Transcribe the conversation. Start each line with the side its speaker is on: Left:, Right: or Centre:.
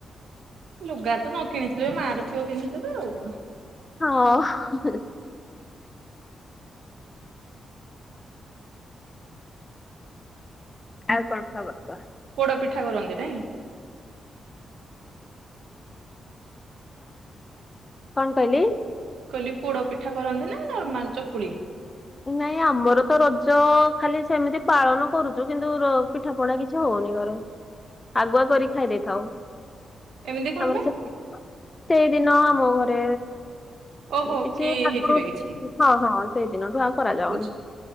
Right: ଲୁଗା ତ ନ କିଣିଥିଲେ ମାଆର ଥିବ ପିନ୍ଧିଦେବେ ଆଉ କଣ?
Left: ହଁ ହେ ହେ ଆଉ କଣ ଖବର କୁହ?
Right: ପୋଡ ପିଠା କରନ୍ତି ନାଇଁ?
Left: କଣ କହିଲି?
Right: କହିଲି ପୋଡ ପିଠା କରନ୍ତି ନା ନର୍ମାଲ ଚକୁଳି?
Left: ନାଇଁ ଆମର ତ ରଜ ଖାଲି ସେମିତି ପାଳନ କରୁଚୁ କିନ୍ତୁ ର ପିଠା ପଣା କିଛି କିଛି ହଉନି ଘରେ। ଆଗୁଆ କରି ଖାଇ ଦେଇଥାଅ।
Right: ଏମିତି କଣ
Left: ଆମର
Right: ପାଇଁ
Left: ସେପଟ ସେଇଦିନ ଆମ ଘରେ
Right: ଓହୋ
Left: କିଛି
Right: କି
Left: ଆଗୁରୁ
Right: ହେଇଥିବେ କିଛି
Left: ହଁ ହଁ ସେଇଦିନଠୁ ଆଉ କରାଯାଉନି
Right: ବୁଝି